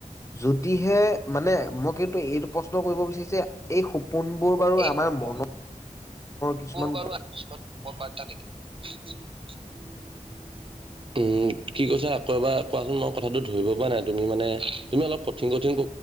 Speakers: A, on the left (about 20°); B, on the right (about 40°).
A: যদিহে মানে, মই কিন্তু এইটো প্ৰশ্ন কৰিব বিচাৰিছো যে এই সপোনবোৰ বাৰু
B: এই
A: আমাৰ
B: সপোন
A: মনৰ কিছুমান
B: বোৰ বাৰু আৰু কিছুমান সুখৰ বাৰ্তা থাকে উম উম কি কৈছা আকৌ এবাৰ কোৱাচোন মই কথাটো ধৰিব পৰা নাই, তুমি মানে, তুমি অলপ কঠিন কঠ